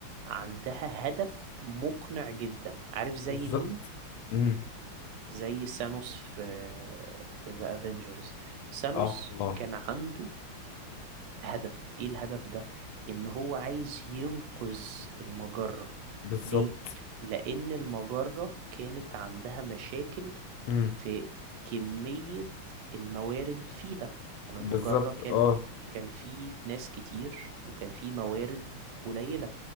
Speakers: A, on the right; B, on the left.
A: عندها هدف مقنع جدا عارف زي
B: بالظبط
A: مين
B: امم
A: زي سانوس في في ذا افنجرز سانوس
B: اه اه
A: كان عنده هدف ايه الهدف ده ان هو عايز ينقذ المجرة
B: بالظبط
A: ليه لان المجرة كانت عندها مشاكل
B: امم
A: في كمية الموارد فيها يعني
B: بالظبط
A: المجرة كان
B: اه
A: كان في ناس كتير وكان في موارد قليلة